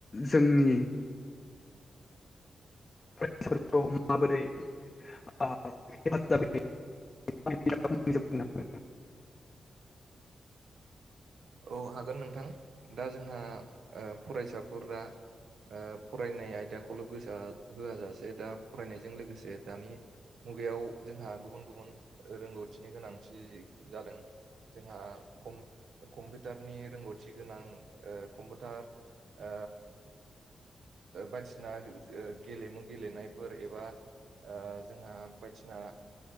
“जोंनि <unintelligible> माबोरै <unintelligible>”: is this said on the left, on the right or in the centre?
Left